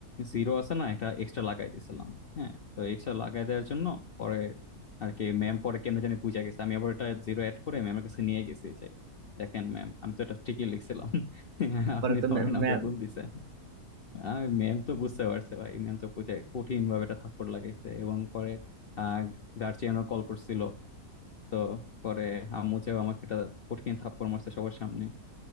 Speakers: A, on the left (about 60°); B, on the right (about 75°).
A: জিরো আছে না একটা এক্সট্রা লাগাই দিয়েছিলাম হ্যাঁ তো এক্সট্রা লাগাই দেওয়ার জন্য পরে আর কি ম্যাম পরে কেমনে জানি বুঝা গেছে আমি আবার এটা জিরো অ্যাড করে ম্যামের কাছে নিয়ে গেছি যে দেখেন ম্যাম আমি তো এটা ঠিকই লিখছিলাম <laughs>
B: পরে
A: আপনি
B: তো
A: তো
B: ম্যা-
A: আমার নাম্বার
B: ম্যাম
A: ভুল দিছেন আর ম্যাম তো বুঝতে পারছে ভাই ম্যাম তো বুঝে কঠিন ভাবে এটা থাপ্পড় লাগাইছে এবং পরে গার্জিয়ানও কল করছিল তো পরে আম্মু চাও আমাকে একটা কঠিন থাপ্পড় মারছে সবার সামনে